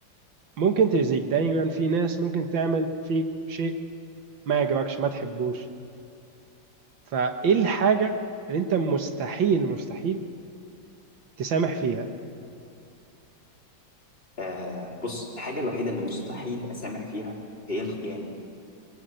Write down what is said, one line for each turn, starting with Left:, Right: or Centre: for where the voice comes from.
Right: ممكن تأذيك دايما في ناس ممكن تعمل فيك شيء ما يعجبكش ما تحبوش فايه الحاجة اللي انت مستحيل مستحيل تسامح فيها
Left: آه بص الحاجه الوحيده اللي مستحيل اسامح فيها هي الخيانه